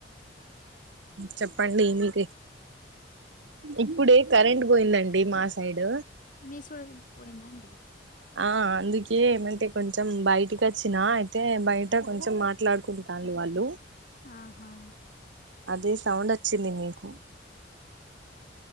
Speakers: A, on the right; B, on the left.
A: చెప్పండి ఏమిటి ఇప్పుడే కరెంట్ పోయిందండి మా సైడ్
B: మీ సైడ్ పోయింద అండి
A: ఆ అందుకే ఏమంటే కొంచెం బయటకి వచ్చినా అయితే బయట కొంచెం మాట్లాడుకుంట తలు వాళ్ళు
B: ఆహా
A: అదే సౌండ్ వచ్చింది మీకు